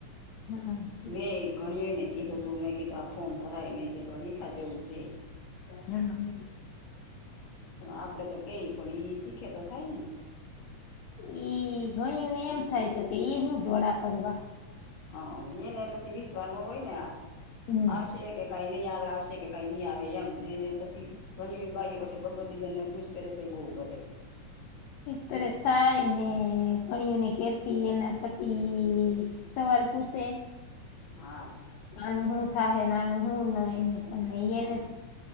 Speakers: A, on the left; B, on the left.
A: હમ.
B: મેં ગણીયે ને કીધું તું મેં કીધું આ ફોર્મ ભરાય મેં કીધું હીખા જેવું છે.
A: હમ.
B: પણ આપડે તો કેય પણ ઈ શીખે તો થાય ને.
A: એઈ ગણીયુને એમ થાય તો કે એ હું ગોળા કરવા.
B: હ યે ને પછી વિસ વાર નો હોય ને આ
A: હમ
B: આવશે કે કઈ લી આવે આવશે કે કઈ લી આવે એમ. અને પછી ઘણી <unintelligible> પછી ભગવતીબેનને <unintelligible> બુ કરેશે.
A: તરે થાય ને ગણીઓને કેતી એના પતિ સવાલ પૂછે
B: હા.
A: આનું હું થાહે ને આનું હું નહીને પણ
B: હા